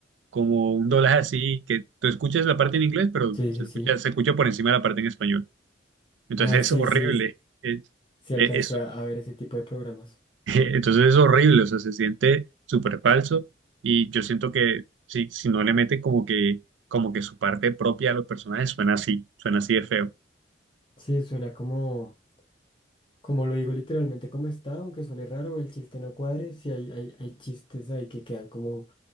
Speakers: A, on the right; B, on the left.
A: como un doblaje así, que tú escuchas la parte en inglés, pero
B: Sí,
A: se
B: sí,
A: escucha,
B: sí.
A: se escucha por encima de la parte en español. Entonces
B: Ah,
A: es
B: sí,
A: horrible.
B: sí,
A: Es-
B: sí alcancé
A: es- es-
B: a a ver ese tipo de programas.
A: <laughs> entonces es horrible, o sea, se siente súper falso y yo siento que si, si no le meten como que, como que su parte propia a los personajes, suena así, suena así de feo.
B: Sí, suena como, como lo digo literalmente como está, aunque suene raro, el chiste no cuadre, sí hay, hay, hay chistes ahí que quedan como